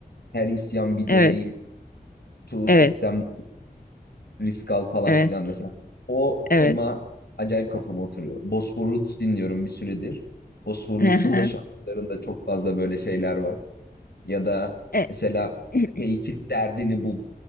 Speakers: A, on the left; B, on the left.
A: her isyan bir
B: evet,
A: deneyim, çoğu
B: evet,
A: sistem risk al falan
B: evet,
A: filan mesela. O
B: evet.
A: tema acayip kafama oturuyor. Bosphor Roots dinliyorum bir süredir. Bosphor Roots'un
B: <laughs> Hı hı.
A: da şarkılarında çok fazla böyle şeyler var. Ya da
B: E,
A: mesela
B: <laughs>
A: Fake'in Derdini Bul.